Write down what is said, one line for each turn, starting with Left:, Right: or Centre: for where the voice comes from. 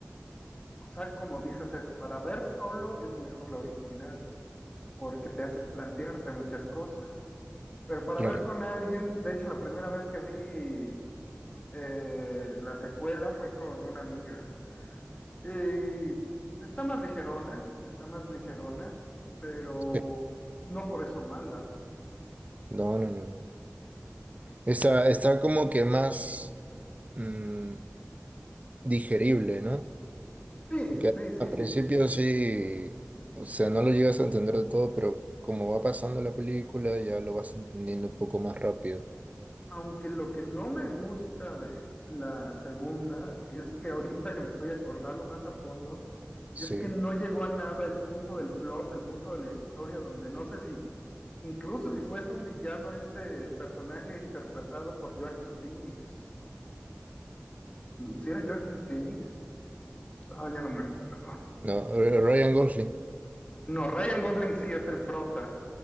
Left: o sea, como dices eso, para ver solo es mejor la original, porque te hace plantearte muchas cosas. Pero para
Right: Claro.
Left: ver con alguien, de hecho, la primera vez que vi eh, la secuela fue con una amiga. Eh, está más ligerona, está más ligerona, pero
Right: sí.
Left: no por eso mala.
Right: No, no, no. no. Está, está como que más mm, digerible, ¿no?
Left: Sí,
Right: Que
Left: sí, sí,
Right: a principio
Left: sí.
Right: sí, o sea, no lo llegas a entender de todo, pero como va pasando la película, ya lo vas entendiendo un poco más rápido.
Left: Aunque lo que no me gusta de la segunda es que ahorita que me estoy acordando más a fondo,
Right: Sí.
Left: es que no llegó a nada el punto del plot, el punto de la historia, donde no sé si, incluso si fuese un villano este personaje interpretado por Joaquin Phoenix. Si era Joaquin Phoenix? Ah, ya no me acuerdo.
Right: No, Ryan Gosling.
Left: No, Ryan Gosling sí es el prota,